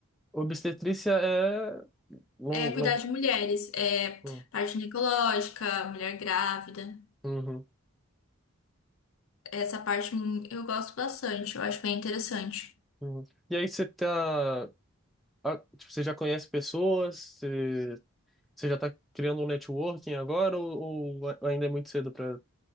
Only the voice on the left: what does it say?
É,
cuidar de mulheres, é,
parte ginecológica, mulher grávida,
essa parte hum, eu gosto bastante, eu acho bem interessante.